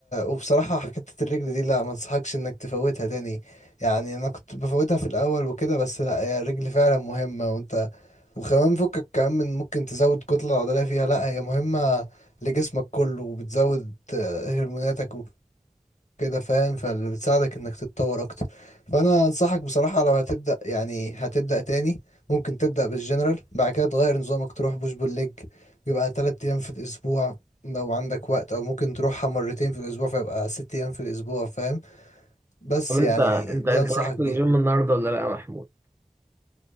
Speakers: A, on the left (about 60°); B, on the right (about 15°).
A: وبصراحه حكايه الرجل دي لا ما انصحكش انك تفوتها تاني يعني انا كنت بفوتها في الاول وكده بس لا هي الرجل فعلا مهمه وانت وكمان فكك كمان من ممكن تزود كتله عضليه فيها لا هي مهمه لجسمك كله وبتزود آه، هرموناتك كده فاهم فاللي بتساعدك انك تتطور اكتر فانا انصحك بصراحة لو هتبدأ يعني هتبدأ تاني ممكن تبدأ بالجنرال بعد كده تغير نظامك تروح بوش بول ليج يبقى تلات ايام في الاسبوع لو عندك وقت او ممكن تروحها مرتين في الاسبوع فيبقى ست ايام في الاسبوع فاهم بس
B: طب انت
A: يعني
B: انت
A: دي
B: انت
A: انصحك
B: رحت
A: بيها
B: الجيم النهارده ولا لا يا محمود